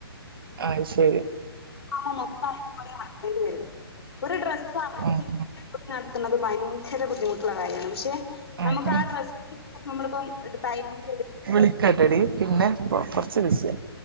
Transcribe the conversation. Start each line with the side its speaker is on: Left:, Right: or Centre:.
Right: ആയ്ശരി
Left: ആഹ് മൊത്തം <unintelligible> വരും ഒരു ഡ്രസ്സ് അടിച്ചിട്ട്
Right: ആഹ്
Left: <unintelligible> ക്കുന്നത് ഭയങ്കര ബുദ്ധിമുട്ടുള്ള കാര്യമാണ് പക്ഷേ
Right: ആഹ്
Left: നമുക്ക്
Right: അതെ
Left: ആ ഡ്രസ്സ് ഇപ്പോം നമ്മളിപ്പം എട് തൈ കൊണ്ട് എട്
Right: വിളിക്കാട്ടടി പിന്നെ കൊറച്ച് ബിസിയാണ്